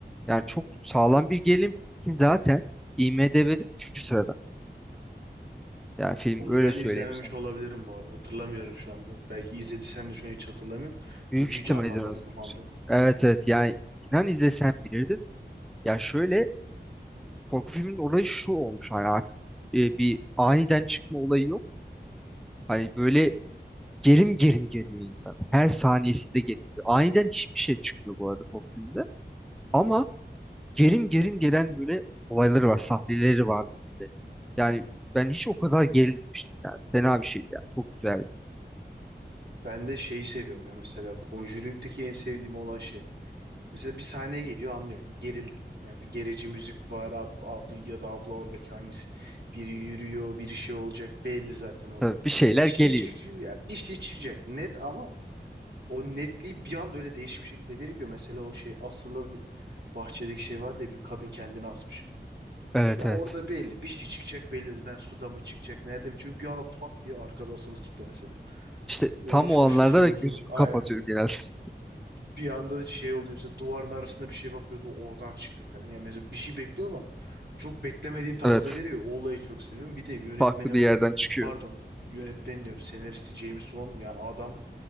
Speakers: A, in the centre; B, on the right (about 70°).
A: Yani çok sağlam bir gerilim filmi ki zaten IMDb'de üçüncü sırada. Yani film
B: Onu
A: öyle
B: ben
A: söyleyeyim
B: izlememiş
A: sana.
B: olabilirim bu arada. Hatırlamıyorum şu anda. Belki izlediysem de şu an hiç hatırlamıyorum.
A: Büyük
B: Çünkü
A: ihtimal
B: hiç canlanmadı
A: izlemesindir.
B: kafamda.
A: Evet evet yani inan izlesen bilirdin. Ya şöyle korku filminin olayı şu olmuş hani artık e, bir aniden çıkma olayı yok. Hani böyle gerim gerim geliyor insana. Her saniyesinde geliyor. Aniden hiçbir şey çıkmıyor bu arada korku filminde. Ama gerim gerim gelen böyle olayları var, sahneleri var. Yani ben hiç o kadar gerilmemiştim yani. Fena bir şeydi yani. Çok güzeldi.
B: Ben de şeyi seviyorum ya mesela Conjuring'deki en sevdiğim olay şey. Mesela bir sahneye geliyor anlıyor. Gerildin. Ya bir gerici müzik var ab, abi ya da abla oradaki hangisi. Biri yürüyor biri şey olacak belli zaten orada.
A: Tabii bir şeyler
B: Bir
A: geliyor.
B: şey çıkıyor ya bir şey çıkacak net ama o netliği bir anda öyle değişik bir şekilde veriyor. ki. Mesela o şey asılı bir bahçedeki şey var diye bir kadın kendini asmış.
A: Evet
B: Ya orada
A: evet.
B: belli bir şey çıkacak belli. Ben suda mı çıkacak nerede mi? Çünkü bir anda pat diye arkada asılı çıktı mesela.
A: İşte tam
B: Ona çok
A: o anlarda
B: şaşırmıştım.
A: da gözümü
B: Aynen.
A: kapatıyorum genelde. <laughs>
B: bir anda şey oluyor işte duvarın arasında bir şey bakıyordu oradan çıktı falan. Yani mesela bir şey bekliyor ama çok beklemediğin tarzda
A: Evet.
B: veriyor. O olayı çok seviyorum. Bir de yönetmeni
A: Farklı bir
B: o
A: yerden çıkıyor.
B: pardon yönetmeni diyorum senaristi James Wan ya adam